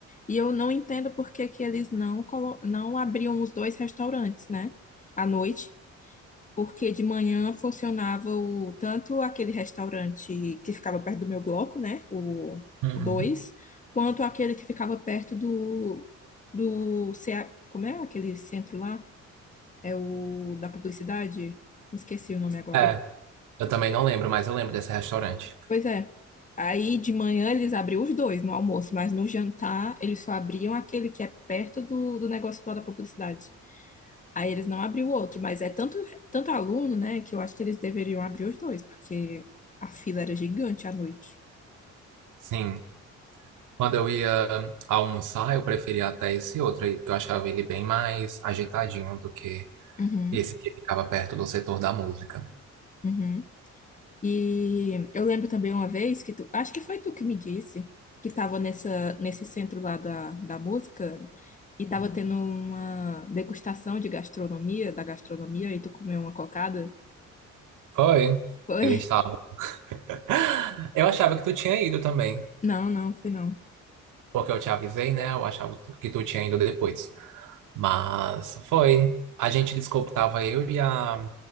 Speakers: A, on the left; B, on the right.
A: E eu não entendo por que que eles não, colo- não abriam os dois restaurantes, né? À noite, porque de manhã funcionava o, tanto aquele restaurante que ficava perto do meu bloco, né? O,
B: Uhum.
A: o 2, quanto aquele que ficava perto do, do CA, como é aquele centro lá? É o da publicidade? Me Esqueci o nome agora.
B: É, eu também não lembro, mas eu lembro desse restaurante.
A: Pois é. Aí de manhã eles abriam os dois no almoço, mas no jantar eles só abriam aquele que é perto do, do negócio lá da publicidade. Aí eles não abriam o outro, mas é tanto, tanto aluno, né, que eu acho que eles deveriam abrir os dois, porque a fila era gigante à noite.
B: Sim, quando eu ia almoçar, eu preferia até esse outro aí, porque eu achava ele bem mais ajeitadinho do que
A: Uhum,
B: Esse que ficava perto do setor da música.
A: uhum. E eu lembro também uma vez que tu, acho que foi tu que me disse, que tava nessa, nesse centro lá da, da música e tava Uhum. tendo uma degustação de gastronomia, da gastronomia, e tu comeu uma cocada.
B: Foi.
A: Foi?
B: Ele estava. <laughs> Eu achava que tu tinha ido também,
A: Não, não, foi não.
B: porque eu te avisei, né? Eu achava que tu tinha ido depois. Mas foi. A gente descobriu, tava eu e a,